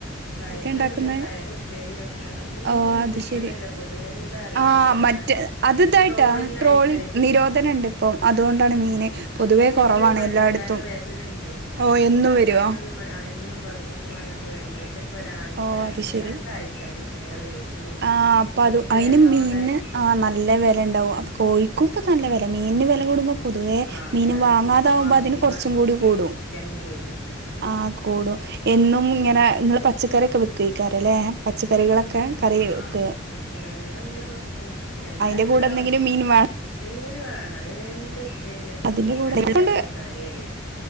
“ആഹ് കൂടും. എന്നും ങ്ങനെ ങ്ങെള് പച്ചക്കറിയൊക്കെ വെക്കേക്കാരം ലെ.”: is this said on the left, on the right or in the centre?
Right